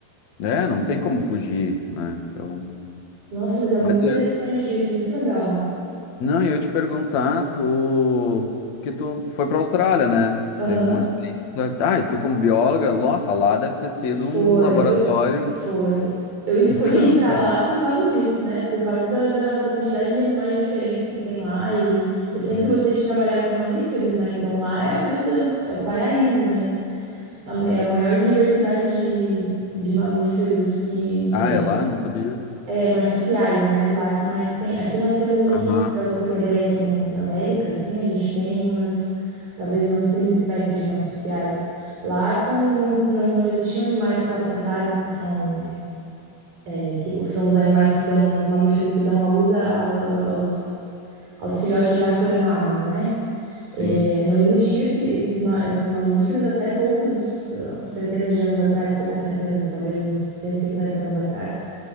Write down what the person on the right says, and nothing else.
Nossa, mas é muito
interessante
isso, muito legal.
Aham,
foi.
Eu, foi.
Eu escolhi
ir pra lá
por causa disso, né? Por causa da, da, da quantidade de animais diferentes que tem lá. E eu sempre
gostei de trabalhar com mamíferos, né? Então lá é, meu Deus, é o paraíso, né? A- É a maior diversidade de, de mamíferos que, que
é
é, marsupiais, né? Lá que mais tem. Aqui nós temos aqui,
para você ter uma ideia, aqui no, na América, assim, a gente tem umas, talvez umas 30 espécies de marsupiais. Lá são, não, não, não existiam animais placentários, que são, é, que são os animais que dão, os mamíferos que dão à luz a- aos, aos, aos, aos filhotes já formados, né?
É, não existia esse- esses, ma- esses mamíferos até poucos ah, centenas de anos atrás, poucas centenas, talvez uns 150 anos atrás.